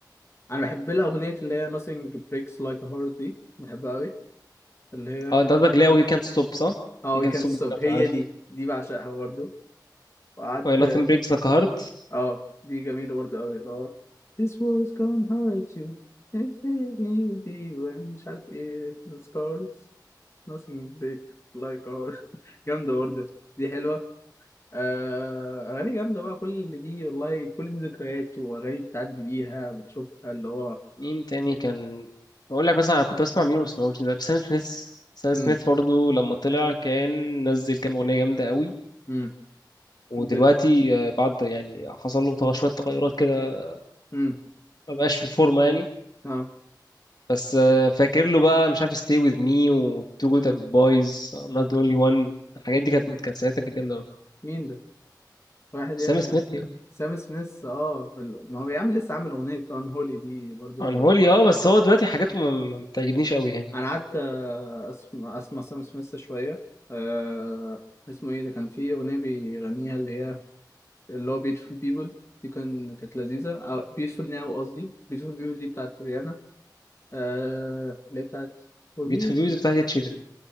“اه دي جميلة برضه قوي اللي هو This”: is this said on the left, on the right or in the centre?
Left